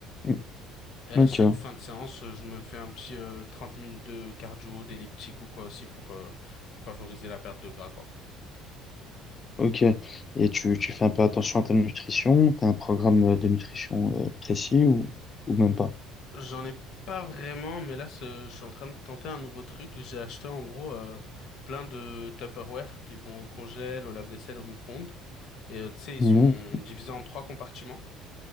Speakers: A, on the left (about 30°); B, on the left (about 65°).
A: Mm.
B: Et à
A: Ok.
B: chaque fin de séance, euh, je me fais un petit euh, 30 minutes de cardio, d'elliptique ou quoi aussi pour euh, pour favoriser la perte de gras quoi.
A: Ok. Et tu, tu fais un peu attention à ta nutrition? T'as un programme de nutrition euh, précis ou, ou même pas?
B: J'en ai pas vraiment, mais là, ce- je suis en train de tenter un nouveau truc. J'ai acheté en gros euh, plein de Tupperware qui vont au congèle, au lave-vaisselle, au micro-ondes. Et euh, tu sais, ils
A: Mhm.
B: sont divisés en trois compartiments.